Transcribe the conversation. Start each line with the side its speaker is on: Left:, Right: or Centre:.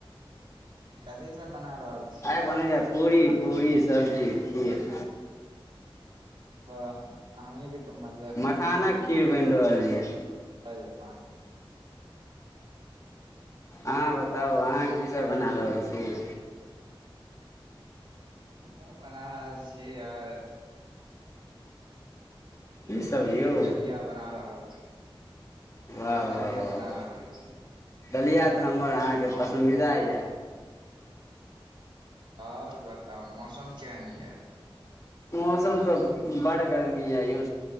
Right: कथी सब बना रहल छियै
Left: आइ बनै छै पूरी पूरी सब्जी खीर
Right: बह अहिक तऽ मजा
Left: मखानक खीर बनि रहल यऽ
Right: अरे बाह
Left: अहाँ बताउ अहाँ कीसभ बना रहल छी
Right: ह बना रहल छी यार
Left: कीसभ
Right: रोटी
Left: यौ
Right: दलिया बना रहल
Left: वाह
Right: रोटी
Left: वाह
Right: दलिया
Left: वाह
Right: बना
Left: वाह
Right: रहल छी
Left: दलिया तऽ हमर अहाँके पसन्दीदा
Right: आ
Left: यऽ
Right: आओर बताउ मौसम केहन यऽ
Left: मौसम तऽ बड़ गर्मी य यौ